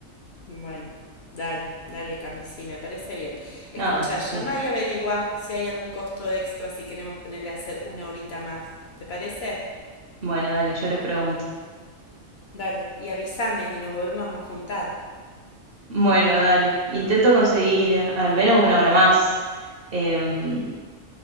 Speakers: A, on the left (about 60°); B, on the right (about 55°).
A: Bueno, dale, dale, Cami, sí, me parece bien. Escucha,
B: No, sí.
A: llama y averigua si hay algún costo extra si queremos ponerle a hacer una horita más. ¿Te parece?
B: Bueno, dale, yo les pregunto.
A: Dale, y avísame y nos volvemos a juntar.
B: Bueno, dale. Intento conseguir eh, al menos una hora más. Em,